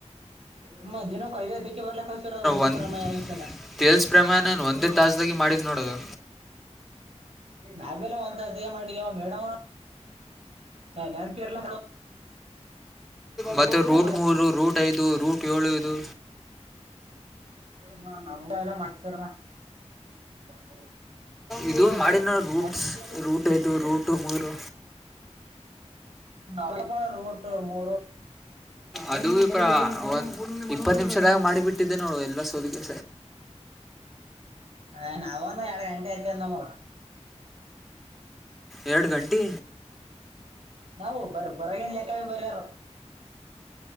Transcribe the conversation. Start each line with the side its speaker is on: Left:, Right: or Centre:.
Right: ಹ್ಮ ದಿನಕ್ ಐದೈದ್ ಪಿಕಿ ಬರ್ಲಕ್ ಕಳ್ಸಿರೋದು ಒಂದೇ
Centre: ಒಂದ
Right: ಪ್ರಮೇಯ ಐದ್ ಸಲ
Centre: ತಿಲ್ಸ ಪ್ರಮಾಣನ್ ಒಂದೇ ತಾಸ್ದಾಗಿ ಮಾಡಿದ್ ನೋಡದು
Right: ನಾವೆಲ್ಲ ಒಂತ ಅದೇ ಮಾಡಿದ ಮೇಡಮ್ ನೆನಪಿರ್ಲ
Centre: ಮತ್ತೆ
Right: ನಮ್ಮ
Centre: ರೂಟ್ ಮೂ ರೂಟ್ ಇದು ರೂಟ್ ಏಳು ಇದು
Right: ಹ ನಾವಗ ಎಲ್ಲ ಮಾಡ್ಸರ ಹೌ
Centre: ಇದು ಮಾಡಿನ ರೂಟ್ಸ್
Right: ಹೌದು
Centre: ರೂಟ್ ಇದು ರೂಟು ಮೂರು
Right: ನಳಬ ರೋಟ ಮೋ
Centre: ಅದು ಒಂದ ಇಪ್ಪತ್ತು ನಿಮಿಷದಾಗ ಮಾಡಿ ಬಿಟ್ಟಿದ್ದೆ ನೋ ಎಲ್ಲ ಸೋದಿಗೆ
Right: ಹ ನಾವ ಎರಡು ಗಂಟೆ ಆಯತಂದ ಮಗ
Centre: ಎರಡು ಗಂಟೆ
Right: ನಾವು ಬರ ಬರಗಿಲ್ಲಲೆಕ್ಕ ಬರಾರ